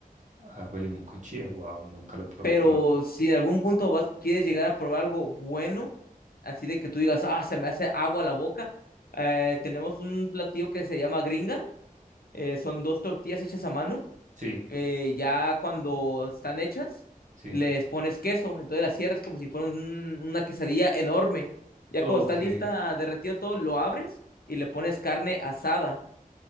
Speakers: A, on the right; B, on the left.
A: agua de limón con chía, wow, nunca lo he probado,
B: Pero
A: pero
B: si en algún punto vas, quieres llegar a probar algo bueno, así de que tú digas, ah, se me hace agua la boca, eh, tenemos un platillo que se llama gringa, eh, son dos tortillas hechas a mano
A: sí,
B: eh, ya cuando están hechas,
A: sí.
B: les pones queso, entonces las cierras como si fuera un- una quesadilla enorme. Ya
A: Ok.
B: cuando está lista, derretido todo, lo abres y le pones carne asada.